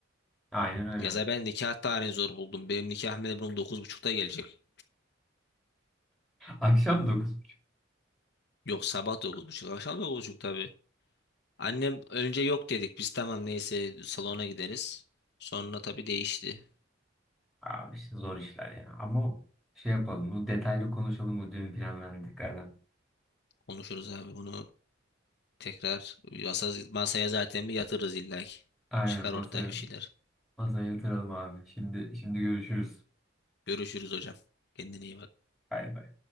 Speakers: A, in the centre; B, on the left.
A: Aynen öyle.
B: Yaza ben nikah tarihini zor buldum. Benim nikah memnurum dokuz buçukta gelecek.
A: Akşam dokuz.
B: Yok sabah dokuz buçuk akşam dokuz buçuk tabii. Annem önce yok dedik biz tamam neyse salona gideriz. Sonra tabii değişti.
A: Abi işte zor işler ya. Ama şey yapalım. Bu detaylı konuşalım bu düğün planlarını tekrardan.
B: Konuşuruz abi bunu Tekrar masa, masaya zaten bir yatırırız illa ki.
A: Aynen
B: Çıkar
A: masaya.
B: ortaya bir şeyler.
A: Masaya yatıralım abi. Şimdi şimdi görüşürüz.
B: Görüşürüz hocam. Kendine iyi bak.
A: Bay bay.